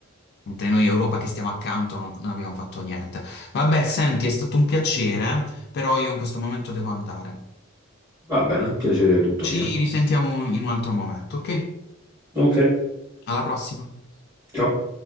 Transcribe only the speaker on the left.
mentre noi Europa che stiamo accanto non, non abbiamo fatto niente. Vabbè, senti, è stato un piacere, però io in questo momento devo andare.
Ci
risentiamo in un altro momento, ok?
Alla prossima.